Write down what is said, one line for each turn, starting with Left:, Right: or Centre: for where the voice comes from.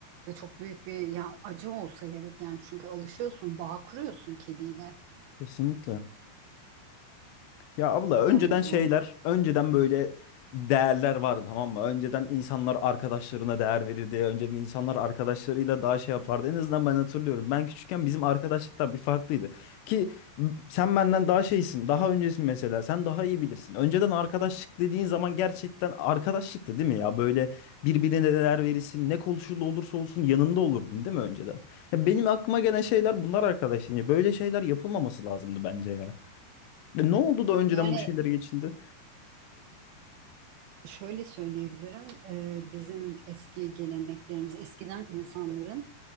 Right: Ve çok büyük bir ya acı olsa gerek yani çünkü alışıyorsun, bağ kuruyorsun kediyle.
Left: Kesinlikle. Ya abla önceden
Right: Yani
Left: şeyler,
Right: bu.
Left: önceden böyle değerler vardı tamam mı? Önceden insanlar arkadaşlarına değer verirdi. Önceden insanlar arkadaşlarıyla daha şey yapardı. En azından ben hatırlıyorum. Ben küçükken bizim arkadaşlıklar bir farklıydı. Ki m- sen benden daha şeysin, daha öncesin mesela. Sen daha iyi bilirsin. Önceden arkadaşlık dediğin zaman gerçekten arkadaşlıktı değil mi ya? Böyle birbirine değer verirsin. Ne konuşulu olursa olsun yanında olurdun değil mi önceden? Ya benim aklıma gelen şeyler bunlar arkadaşlar. Böyle şeyler yapılmaması lazımdı bence ya. Ve ne oldu da önceden
Right: Yani
Left: bu şeylere geçildi?
Right: şöyle söyleyebilirim. e, bizim eski geleneklerimiz, eskiden insanların